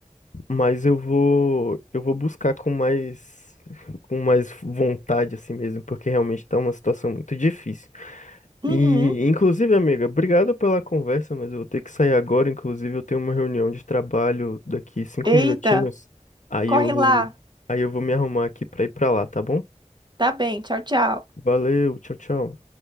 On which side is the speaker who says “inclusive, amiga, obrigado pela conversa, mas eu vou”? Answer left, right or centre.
Left